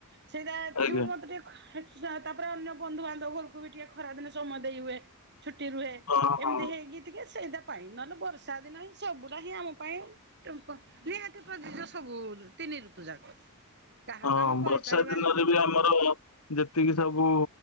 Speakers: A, on the right (about 50°); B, on the left (about 80°).
A: ସେଇଟା
B: ଆଜ୍ଞା
A: ଯୋଉଠି ମତେ ଟିକେ ତାପରେ ଅନ୍ୟ ବନ୍ଧୁବାନ୍ଧବ ଘରକୁ ବି ଟିକେ ଖରାଦିନେ ସମୟ ଦେଇ ହୁଏ। ଛୁଟି ରୁହେ
B: ହଁ ହଁ।
A: ଏମିତି ହେଇକି ଟିକେ ସେଇଟା ପାଇଁ ନହେଲେ ବର୍ଷା ଦିନ ହିଁ ସବୁଟା ହିଁ ଆମ ପାଇଁ ନିହାତି ପ୍ରତିଜ ସବୁ ତିନି ଋତୁ ଯାକ। କାହାକୁ
B: ହଁ
A: ଆମେ କହିପାରିବାନି।
B: ବର୍ଷା ଦିନରେ ଆମର ଯେତିକି ସବୁ